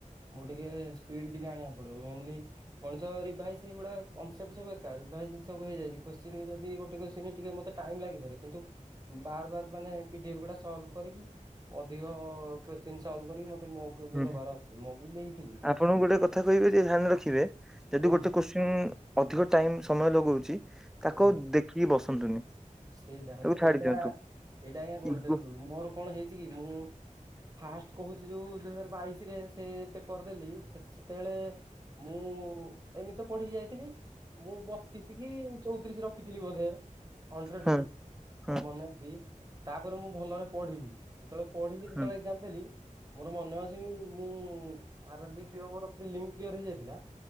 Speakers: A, on the right; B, in the centre.
A: ମୁଁ ଟିକେ ସ୍ପିଡ ଟିକେ ଆଣିବାକୁ ପଡ଼ିବ ମେନଲି ମଣିଷ ରିଭାଇଜ ସେଗୁଡ଼ାକ କନସେପ୍ଟ ସବୁ ଏକା ରିଭାଇଜ ସବୁ ହେଇଯାଇଛି କୋସଚୀଂ ବି ଯଦି ଗୋଟେ କୋସଚୀଂ କି ଟିକେ ମତେ ଟାଇମ୍ ଲାଗିପାରେ କିନ୍ତୁ ବାର ବାର ମାନେ ପିଡିଏଫ ଗୁଡ଼ା ସଲଭ କରିକି। ଅଧିକ କୋସଚୀଂ ସଲଭ କରିକି ମତେ ମକ୍ ବି
B: ହୁଁ।
A: ଦବାର ଅଛି ମୁଁ ବି ଦେଇଥିଲି।
B: ଆପଣଙ୍କୁ ଗୋଟେ କହିବି ଯେ ଧ୍ୟାନ ରଖିବେ ଯଦି
A: କୁହନ୍ତୁ
B: ଗୋଟେ କଶ୍ଚିନ୍ ଉଁ ଅଧିକ ଟାଇମ ସମୟ ଲଗୋଉଛି ତାକୁ
A: ଆଜ୍ଞା
B: ଆଉ ଦେଖିକି ବସନ୍ତୁନି।
A: ସେଇଟା ଏଟା
B: ତାକୁ ଛାଡି
A: ଏଇଟା
B: ଦିଅନ୍ତୁ
A: ଏଇଟା ଆଜ୍ଞା ଗୋଲଡେନ
B: ଇଗୋ
A: ରୁଲ ମୋର କଣ ହେଇଛି କି ମୁଁ ଫାଷ୍ଟ କହୁଛି ଯୋଉ ଦୁଇ ହଜାର ବାଇସି ରେ ସେ ପେପର ଦେଲି ସେତେବେଳେ ମୁଁ ଏମିତି ତ ପଢ଼ିକି ଯାଇଥିଲି ମୁଁ ବତିଶି କି ଚଉତିରିଶ ରଖିଥିଲି ବୋଧେ। ହଣ୍ଡ୍ରେଟ
B: ହଁ
A: ରୁ
B: ହଁ
A: ମୋର ମନେ ଅଛି ତାପରେ ମୁଁ ଭଲରେ ପଢ଼ିଲି। ଯେତେବେଳେ ପଢ଼ିକି ଯେତେବେଳେ
B: ହଁ
A: ଏଗ୍ଗଜାମ ଦେଲି ମୋର ମନେ ଅଛି ମୁଁ ଆର୍ ଆର୍ ବି ପି ଓ ମୋର ପ୍ରିଲିମ୍ କ୍ଲିୟର ହେଇଯାଇଥିଲା।